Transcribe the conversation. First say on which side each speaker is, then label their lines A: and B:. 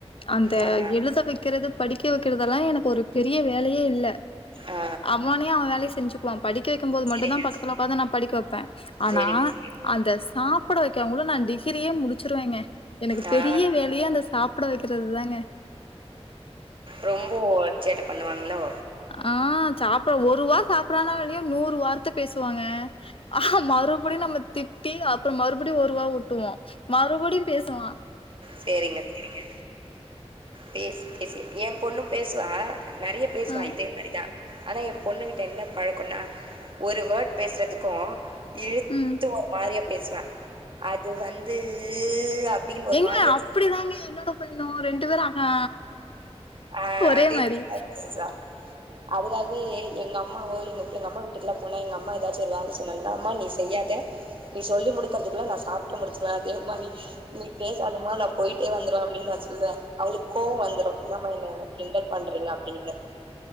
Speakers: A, on the left (about 55°); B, on the right (about 50°).
A: அந்த
B: அவங்க
A: எழுத வக்கறது படிக்க வக்கிறதெல்லா எனக்கு ஒரு பெரிய வேலயே இல்ல
B: ஆ
A: அவனே அவ வேலைய செஞ்சுக்குவா படிக்க வக்கம்போது
B: செரிங்க
A: மட்டு தா பக்கத்துல உக்காந்து நா படிக்க வப்ப ஆனா
B: செரிங்க செரி
A: அந்த சாப்புட வக்கங்குள்ள நா டிகிரியே முடிச் சிருவங்க எனக்கு
B: ஆ
A: பெரிய வேலையே அந்த சாப்புட வக்கிறது தாங்க
B: ரொம்போ சேட்ட பண்ணுவாங்களோ
A: ஆ சாப்பிட ஒரு வா சாப்டுறானோ இல்லையோ நூறு வார்த்த பேசுவாங்க ஆ மறுபடியு நம்ம திட்டி அப்புறோ மறுபடியு ஒரு வா ஊட்டுவோ மறுபடியு பேசுவா
B: சேரிங்க சேரிங்க பேசி பேசியே என் பொண்ணு பேசுவா நெறைய பேசுவா
A: அ,
B: இதே மாரிதா ஆனா என் பொண்ணு கிட்ட என்ன பழக்கோன்னா ஒரு வேர்ட் பேசுறதுக்கு இழுத்து
A: ம்.
B: ஒரு மாரியா பேசுவா அது வந்து அப்டின்னு
A: எஏங்க
B: ஒரு மாரியா
A: அப்டி தாங்க என்னோட பையனு ரெண்டு பேரும் ஆ
B: ஆ
A: ஒரே
B: அதே
A: மாறி
B: மாதிரிதான் பேசுவா. அதுக்காகவே எங்க அம்மாவோ எங்க எங்க அம்மா வீட்டுக்குல்லா போனா எங்க அம்மா ஏதாச்சு ஒரு வேல சொன்னாங்கன்னா அம்மா நீ செய்யாத நீ சொல்லி முடிக்கறதுக்குள்ள நா சாப்பிட்டு முடிச்சிருவே அப்டிங்கமாறி நீ பேசாதமா நா போய்ட்டே வந்துருவே அப்டின்னு நா சொல்லுவே அவளுக்கு கோவோ வந்துரு என்னம்மா என்னய கிண்டல் பண்றீங்க அப்டின்னு